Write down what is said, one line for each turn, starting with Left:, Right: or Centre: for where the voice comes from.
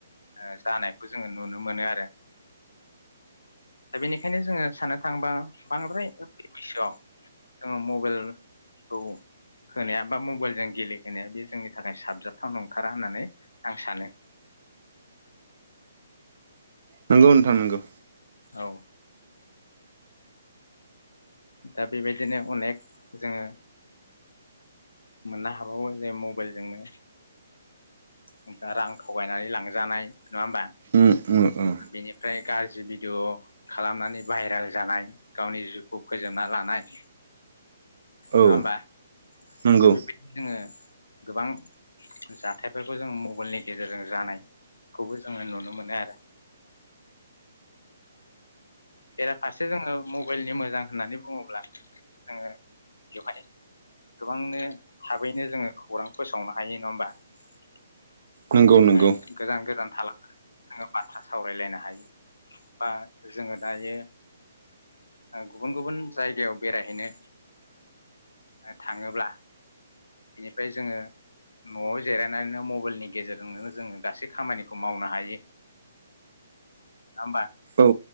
Left: ओ जानायखौ जोङो नुनो मोनो आरो । दा बेनिखायनो जोङो साननो थांङोबा बांद्राय उन्दै बैसोआव जोङो मबाइलखौ होनाया बा मबाइलजों गेलेहोनाया बे जोंनि थाखाय साबजाथाव नंथारा होननानै आं सानो।
Right: नोंगौ नोंथां नोंगौ
Left: औ दा बेबायदिनो अनेक जोङो मोननो ओ मोननोहाबावो जे मबाइलजोंनो ओ दा रां थगायनानै लांजानाय नङा होमबा
Right: उम उम उम
Left: बेनिफ्राय गार जि भिडिय' खालामनानै भाइरेल जानाय गावनि जिउखौ फोजोबना लानाय ।
Right: औ
Left: नङा होमबा ।
Right: नंगौ
Left: दा बेबायदिनो जोङो गोबां जाथायफोरखौ जों मबाइलनि गेजेरजों जानायखौबो जोङो नुनो मोनो आरो । बेराफारसे जोङो मबाइलनि मोजां होननानै बुङोब्ला जोङो बेवहाय गोबांनो थाबैनो जोङो खौरां फोसावनो हायो नङा होमबा ।
Right: नंगौ नंगौ
Left: ओं गोजान गोजान थाला नोङो बाथ्रा सावरायलायनो हायो बा जोङो दायो गुबुन गुबुन जायगायाव बेरायहैनो थाङोब्ला बेनिफ्राय जोङो न'आव जिरायनानैनो मबाइलनि गेजेरजोंनो जोङो गासै खामानिखौ मावनो हायो। नङा होमबा
Right: औ